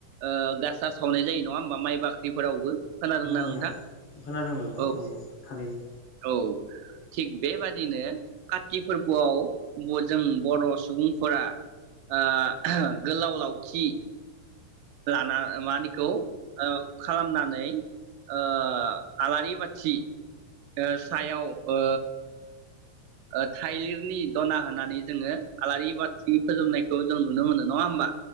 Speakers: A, on the right; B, on the left.
A: ओ गासा सावनाय जायो नङा होमबा माइ बाख्रिफोरावबो खोनादोंना
B: नंगौ
A: नोंथां औ
B: खोनादों नोंथां नंगौ थारैनो
A: औ थिग बेबादिनो काति फोरबोआव जों बर' सुबुंफोरा ओ गोलाव लावथि लाना मा होनो इखौ ओ खालामनानै ओ आलारि बाथि ओ सायाव ओ ओ थाइलिरनि दना होनानै जोङो आलारि बाथि फोजोंनायखौ जों नुनो मोनो नङा होमबा।